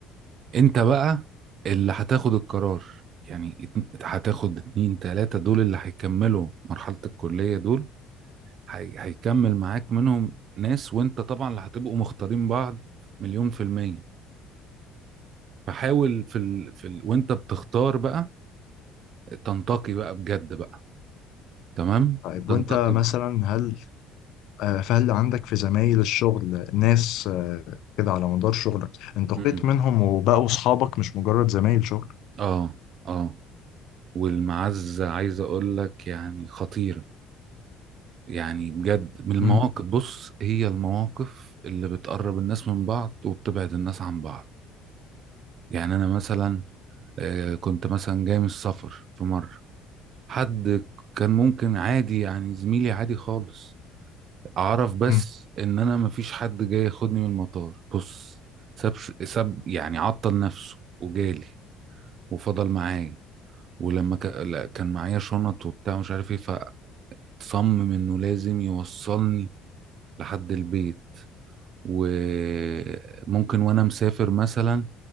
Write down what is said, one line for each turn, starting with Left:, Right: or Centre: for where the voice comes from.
Right: انت بقى اللي هتاخد القرار يعني ات- هتاخد اتنين تلاتة دول اللي هيكملوا مرحلة الكلية دول هي... هيكمل معاك منهم ناس وانت طبعا اللي هتبقوا مختارين بعض مليون في المية فحاول في ال... في ال... وانت بتختار بقى تنتقي بقى بجد بقى تمام
Left: طيب
Right: تنتقي
Left: وانت
Right: ب...
Left: مثلا هل آه، فهل عندك في زمايل الشغل ناس آه، كده على مدار شغلك انتقيت
Right: مم.
Left: منهم وبقوا أصحابك مش مجرد زمايل شغل
Right: اه اه والمعزة عايز اقول لك يعني خطيرة يعني بجد من المواقف
Left: مم.
Right: بص هي المواقف اللي بتقرب الناس من بعض وبتبعد الناس عن بعض يعني انا مثلا آه، كنت مثلا جاي من السفر في مرة حد كان ممكن عادي يعني زميلي عادي خالص اعرف بس
Left: مم. إن
Right: ان انا مفيش حد جاي ياخدني من المطار بص ساب ساب يعني عطل نفسه وجالي وفضل معايا ولما ك- لا، كان معايا شنط وبتاع مش عارف ايه فصمم انه لازم يوصلني لحد البيت وممكن وانا مسافر مثلا